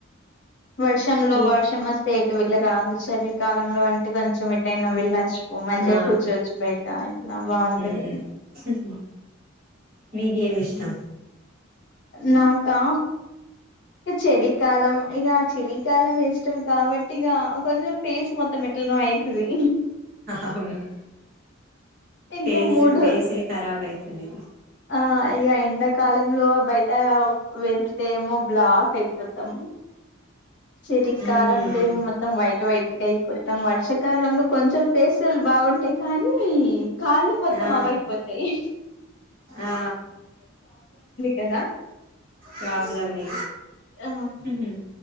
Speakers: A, on the left; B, on the right.
A: వర్షంలో
B: నీ
A: వర్షం వస్తే ఎటు వెళ్ళరాదు చలికాలంలో అంటే కొంచెం ఎటైనా వెళ్ళొచ్చు మంచిగా
B: ఆ
A: కూర్చోవచ్చు బయట ఇట్లా బాగుంటది
B: ఉమ్ మీకేమ్ ఇష్టం
A: నాకా చలి కాలం ఇగ చలికాలం ఇష్టం కాబట్టి ఇగ కొంచెం ఫేస్ మొత్తం ఎట్ ఎట్లనో అయితది
B: అవును
A: ఇంకా
B: ఫేస్
A: మూడు
B: ఫేసే ఖరాబ్ అయితది
A: ఆ ఇగ ఎండాకాలంలో బయట వెళ్తే ఏమో బ్లాక్ అయిపోతది మొత్తం చెలి
B: మ్మ్
A: కాలంలో ఏమో మొత్తం వైట్ వైట్ గా అయిపోతాం వర్ష కాలంలో కొంచెం పేస్లు బాగుంటాయి కానీ కాళ్ళు మొత్తం
B: ఆ
A: అవైపోతాయి
B: ఆ
A: కదా
B: ప్రాబ్లమే
A: ఆ
B: ఉహుహు